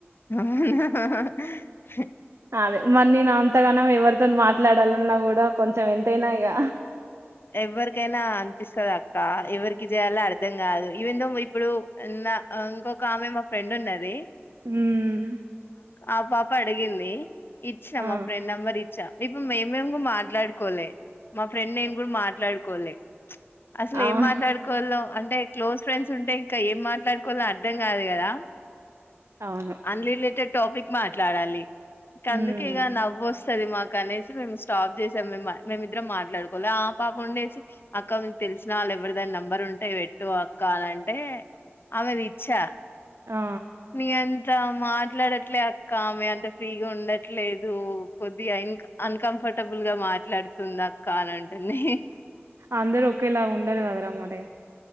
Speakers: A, on the left; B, on the right.
A: అవునా
B: అదే మరి నేను అంతగానం ఎవ తోన్ మాట్లాడాలన్నా కూడా కొంచెం ఎంతైనా ఇగ
A: ఎవరికైనా అనిపిస్తది అక్క ఎవరికి చేయాలో అర్థం కాదు ఈవెందో ఇప్పుడు అ ఇంకొక ఆమె మా ఫ్రెండ్ ఉన్నది
B: ఉమ్మ్
A: ఆ పాప అడిగింది ఇచ్చినా
B: ఆ
A: మా ఫ్రెండ్ నెంబర్ ఇ చ ఇప్పు మేమేం కూడా మాట్లాడుకోలే మా ఫ్రెండ్ నేను కూడా మాట్లాడుకోలే అసలు
B: అవు
A: ఏం మాట్లాడుకోల్నో అంటే క్లోజ్ ఫ్రెండ్స్ ఉంటే ఇంకా ఏం మాట్లాడుకోవాలో అర్థం కాదు కదా
B: అవును
A: అన్ లిలేటెడ్ టాపిక్ మాట్లాడాలి కందుకే
B: ఉమ్
A: ఇగ నవ్వోస్ సరే మాకు అనేసి మేము స్టాప్ చేసాం మేం మేమిద్దరం మాట్లాడుకోలె ఆ పాప ఉండేసి అక్క తెలిసిన వాళ్ళు ఎవరిదైనా నెంబర్ ఉంటే పెట్టు అక్క అని అంటే ఆమెది ఇచ్చా
B: ఆ
A: నీ అంత మాట్లాడట్లే అక్క ఆమె అంత ఫ్రీగా ఉండట్లేదు కొద్దిగా ఇన్ అన్కంఫర్ట్ కంఫర్టబుల్ గా మాట్లాడుతుంది అక్క అని అంటుంది
B: అందరుూ ఒకేలా ఉండరు కదరా మరి